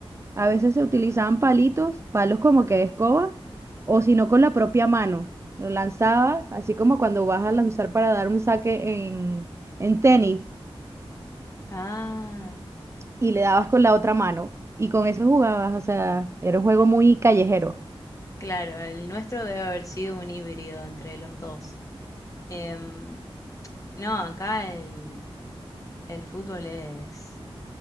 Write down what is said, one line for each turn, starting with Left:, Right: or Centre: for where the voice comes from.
Right: A veces se utilizaban palitos, palos como que de escoba, o si no con la propia mano. Lo lanzabas, así como cuando vas a lanzar para dar un saque en, en tenis
Left: Ah,
Right: y le dabas con la otra mano. Y con eso jugabas, o sea, era un juego muy callejero.
Left: Claro, el nuestro debe haber sido un híbrido entre los dos. Em, no, acá el, el fútbol es